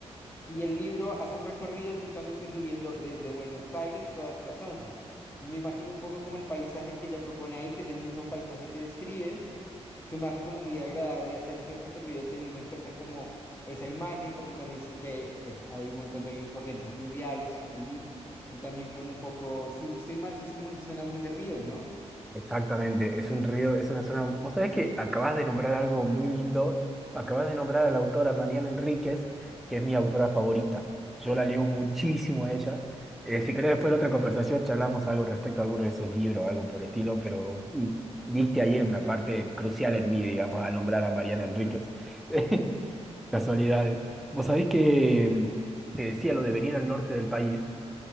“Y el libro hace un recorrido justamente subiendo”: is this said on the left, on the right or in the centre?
Left